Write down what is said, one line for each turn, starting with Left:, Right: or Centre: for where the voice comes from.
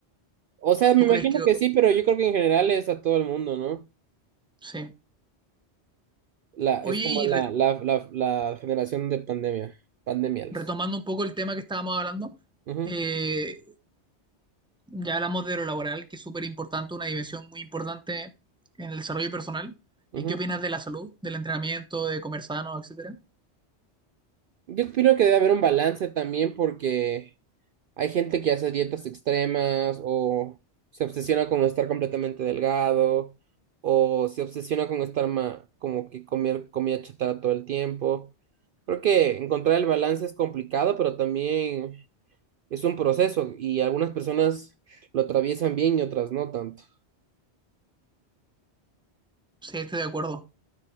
Right: O sea,
Centre: tú
Right: me imagino
Centre: crees que
Right: que sí, pero yo creo que en general es a todo el mundo, ¿no?
Centre: sí?
Right: La,
Centre: Oye,
Right: es como la,
Centre: y re-
Right: la, la, la generación de pandemia, pandemials.
Centre: retomando un poco el tema que estábamos hablando,
Right: Ujú,
Centre: eh, Ya hablamos de lo laboral, que es súper importante, una dimensión muy importante en el desarrollo personal.
Right: ujú.
Centre: ¿Y qué opinas de la salud, del entrenamiento, de comer sano, etcétera?
Right: Yo opino que debe haber un balance también porque hay gente que hace dietas extremas o se obsesiona con estar completamente delgado o se obsesiona con estar ma- como que comer comida chatarra todo el tiempo. Creo que encontrar el balance es complicado, pero también es un proceso y algunas personas lo atraviesan bien y otras no tanto.
Centre: Sí, estoy de acuerdo.